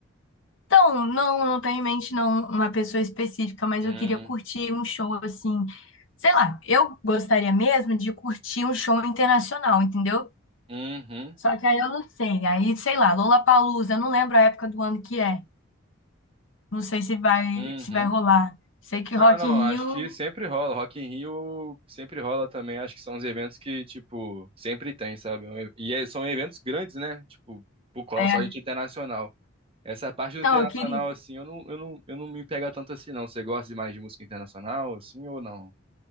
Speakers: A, on the left; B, on the right.
A: Então, não, não tenho em mente não uma pessoa específica, mas
B: Hum,
A: eu queria curtir um show assim. Sei lá, eu gostaria mesmo de curtir um show internacional, entendeu?
B: uhum,
A: Só que aí eu não sei. Aí, sei lá, Lollapalooza, eu não lembro a época do ano que é. Não sei se vai
B: uhum.
A: se vai rolar. Sei que Rock
B: Ah, não,
A: in
B: acho
A: Rio
B: que sempre rola. Rock in Rio sempre rola também. Acho que são os eventos que, tipo, sempre tem, sabe? É Um e- E é- são eventos grandes, né? Tipo, por cola
A: é.
B: só gente internacional. Essa parte do
A: Então,
B: internacional,
A: eu queria.
B: assim, eu não, eu não, eu não me pega tanto assim, não. Você gosta de mais de música internacional, assim, ou não?